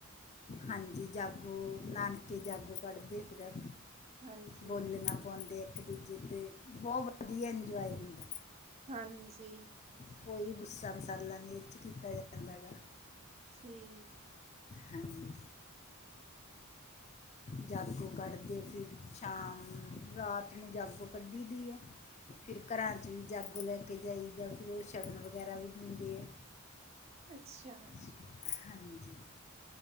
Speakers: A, on the left; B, on the right.
A: ਹਾਂਜੀ ਜਾਗੋ, ਨਾਨਕੇ ਜਾਗੋ ਕੱਢਦੇ ਫਿਰ,
B: ਹਾਂਜੀ
A: ਬੋਲੀਆਂ ਪਾਉਂਦੇ ਇੱਕ ਦੂਜੇ ਤੇ, ਬਹੁ ਵਧੀਆ ਇੰਜੋਏ ਹੁੰਦਾ।
B: ਹਾਂਜੀ।
A: ਕੋਈ ਦੁਸਰਾ ਮਸਾਲਾ ਨੀ ਇਹ ਚ ਕੀਤਾ ਜਾਂਦਾ ਗਾ।
B: ਠੀਕ ਏ।
A: ਹਾਂਜੀ। ਜਾਗੋ ਕੱਢਦੇ ਫਿਰ ਸ਼ਾਮ ਨੂੰ ਰਾਤ ਨੂੰ ਜਾਗੋ ਕੱਢੀ ਦੀ ਆ। ਫਿਰ ਘਰਾਂ ਚ ਵੀ ਜਾਗੋ ਲੈ ਕੇ ਜਾਈ ਦਾ, ਫਿਰ ਉ ਸ਼ਗਨ ਵਗੈਰਾ ਵੀ ਦਿੰਦੇ ਆ।
B: ਅੱਛਾ।
A: ਹਾਂਜੀ।